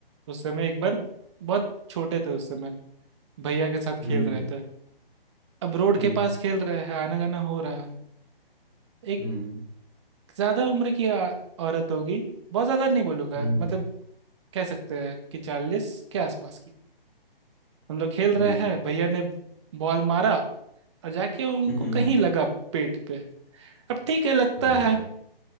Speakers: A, on the right (about 30°); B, in the centre.
A: उस समय एक बार बहुत छोटे थे उस समय भैया के साथ
B: हम्म
A: खेल रहे थे अब रोड
B: हम्म
A: के पास खेल रहे हैं आना जाना हो रहा है एक
B: हम्म
A: ज्यादा उम्र की आ, औरत होगी बहुत ज्यादा नहीं बोलूंगा
B: हम्म
A: मतलब
B: हम्म,
A: कह सकते हैं कि चालीस के आसपास की हम लोग खेल
B: हम्म,
A: रहे
B: जी
A: हैं भैया ने बॉल मारा और जाके उनको
B: <laughs>
A: कहीं लगा पेट पे अब ठीक है लगता
B: अरे
A: है
B: यार